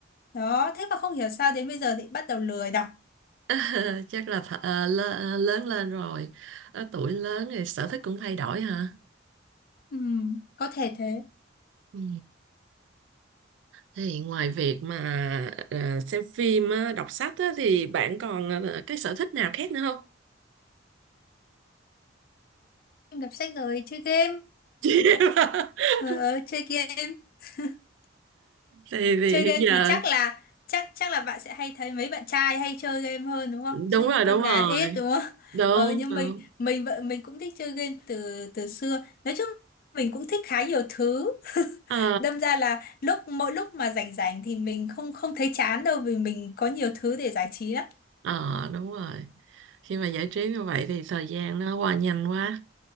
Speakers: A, on the left; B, on the right.
A: đó thế mà không hiểu sao đến bây giờ thì bắt đầu lười đọc
B: <laughs> chắc là th à, lớ- lớn lên rồi, Ờ, tuổi lớn thì sở thích cũng thay đổi hả?
A: ừ. có thể thế
B: Ừ. Thì ngoài việc mà à, xem phim, á, đọc sách á, thì bạn còn à, cái sở thích nào khác nữa không?
A: em đọc sách rồi chơi game
B: <laughs>
A: ờ, ờ, chơi game <laughs>
B: thì, thì
A: chơi
B: hiện
A: game
B: giờ
A: thì chắc là chắc chắc là bạn sẽ hay thấy mấy bạn trai hay chơi game hơn đúng không
B: đúng
A: chứ
B: rồi đúng
A: con
B: rồi
A: gái ít đúng không
B: đúng
A: ờ nhưng
B: đúng
A: mình mình vợ mình cũng thích chơi game từ từ xưa nói chung mình cũng thích khá nhiều thứ <laughs>
B: ờ
A: đâm ra là lúc mỗi lúc mà rảnh rảnh thì mình không không thấy chán đâu vì mình có nhiều thứ để giải trí lắm
B: ờ đúng rồi khi mà giải trí như vậy thì thời gian nó qua nhanh quá